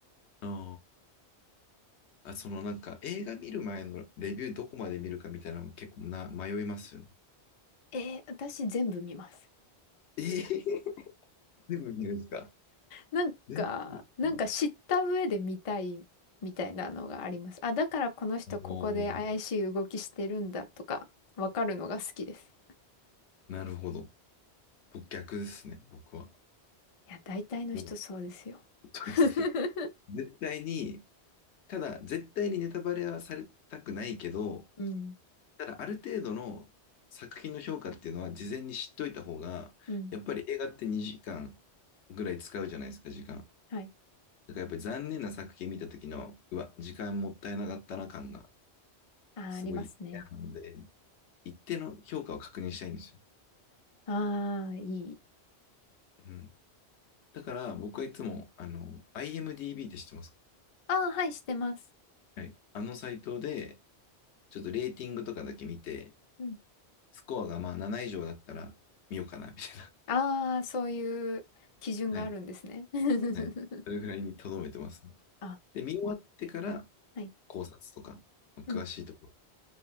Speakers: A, on the left; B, on the left.
A: あーあ、そのなんか映画見る前のレビューどこまで見るかみたいなの結構な迷いますよね。
B: えー、私全部見ます。
A: えー、<laughs> 全部見るんですか
B: なんか、
A: 全部あ
B: なんか知った上で見たいみたいなのがあります。あ、だからこの人ここで怪しい動きしてるんだとか、
A: あの
B: わかるのが好きです。
A: なるほど。僕逆ですね、僕は。
B: いや、大体の人そうですよ。
A: もうそうですね。
B: <laughs>
A: 絶対に、ただ絶対にネタバレはされたくないけど、
B: うん。
A: ただ、ある程度の作品の評価っていうのは事前に知っといた方が、
B: うん。
A: やっぱり映画って2時間ぐらい使うじゃないですか、時間。
B: はい。
A: だからやっぱり残念な作品見た時の、うわ、時間もったいなかったな感が
B: あー、
A: すごい嫌なので、
B: ありますね。
A: 一定の評価を確認したいんですよ。
B: ああ、いい。
A: うん。だから僕はいつも、あの、IMDB って知ってますか
B: ああ、はい、してます。
A: はい。あのサイトで、ちょっとレーティングとかだけ見て、
B: うん。
A: スコアがまあ7以上だったら見ようかな、みたいな。
B: ああ、そういう基準があるんですね。
A: はい。
B: <laughs>
A: はい。それぐらいに留めてますね。
B: あ、
A: で、見終わってから
B: はい。
A: 考察とか、
B: うん。
A: 詳しいところ